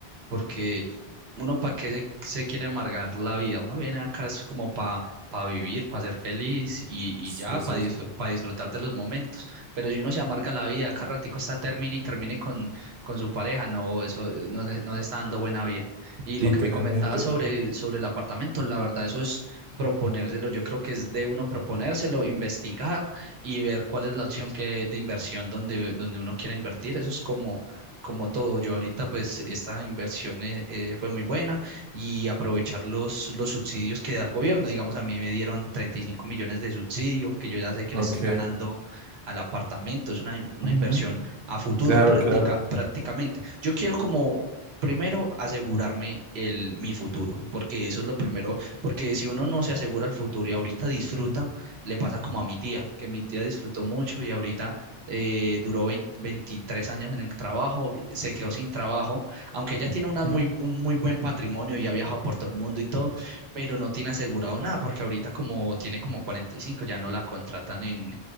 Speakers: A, on the right; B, on the right.
A: porque uno para qué se, se quiere amargar la vida, uno viene acá es como para vivir, para ser feliz y, y
B: Sí,
A: ya, para
B: sí, sí.
A: disfrutar de los momentos. Pero si uno se amarga la vida, cada ratico está termine y termine con, con su pareja, no, eso eh, no, se- no se está dando buena vida. Y lo
B: Literalmente.
A: que me comentaba sobre, sobre el apartamento, la verdad, eso es proponérselo. Yo creo que es de uno proponérselo, investigar y ver cuál es la acción que, de inversión donde, donde uno quiera invertir. Eso es como, como todo. Yo ahorita, pues, esta inversión eh, eh, fue muy buena y aprovechar los, los subsidios que da el gobierno. Digamos, a mí me dieron treinta y cinco millones de subsidio, que yo ya sé que
B: Ok.
A: le estoy ganando. al apartamento, es una, in- una
B: Ujú,
A: inversión a futuro
B: Claro,
A: práctica,
B: claro.
A: prácticamente. Yo quiero como primero asegurarme el, mi futuro, porque eso es lo primero porque si uno no se asegura el futuro y ahorita disfruta, le pasa como a mi tía, que mi tía disfrutó mucho y ahorita eh, duró 20 23 años en el trabajo, se quedó sin trabajo, aunque ella tiene una
B: ujú.
A: muy, un muy buen patrimonio y ha viajado por todo el mundo y todo, pero no tiene asegurado nada, porque ahorita como tiene como 45, ya no la contratan en...